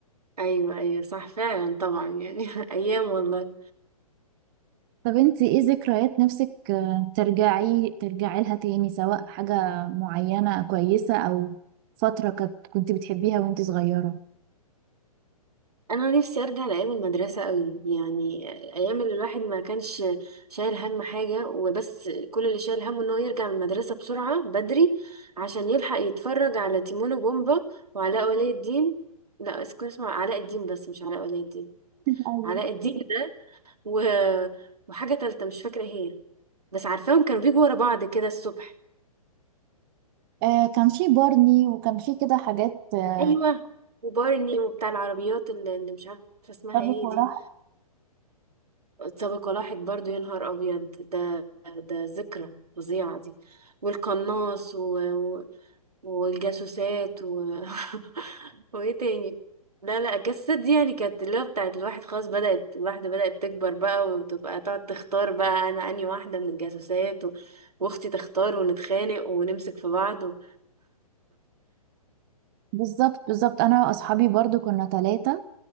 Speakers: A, on the right; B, on the right.
A: ايوه ايوه صح فعلا طبعا يعني <laughs> ايام والله
B: طب انت ايه ذكريات نفسك آه، ترجعي ترجعي لها تاني سواء حاجة معينة كويسة أو فترة كنت كنت بتحبيها وانت صغيرة
A: انا نفسي ارجع لايام المدرسه قوي يعني ايام اللي الواحد ما كانش شايل هم حاجه وبس كل اللي شايل همه ان هو يرجع من المدرسه بسرعه بدري عشان يلحق يتفرج على تيمون وبومبا وعلاء ولي الدين لا اس- كان اسمه علاء الدين بس مش علاء ولي الدين
B: <laughs> ايوه
A: علاء الدين ده و... وحاجه تالته مش فاكره هي بس عارفاهم كانوا بيجوا ورا بعض كده الصبح
B: آه كان في بارني وكان في كده حاجات آه،
A: ايوه وبارني وبتاع العربيات اللي اللي مش عارفه اسمها
B: طب
A: ايه
B: وراها
A: دي سابق ولاحق برضو يا نهار ابيض ده ده ذكرى فظيعه دي والقناص و... و... والجاسوسات و... <laughs> وايه تاني لا لا الجاسوسات دي يعني كانت اللي هو بتاعت الواحد خلاص بدأت الواحدة بدأت تكبر بقى وتبقى تقعد تختار بقى أنا أنهي واحدة من الجاسوسات و... وأختي تختار ونتخانق ونمسك في بعض و...
B: بالظبط بالظبط انا واصحابي برضو كنا ثلاثة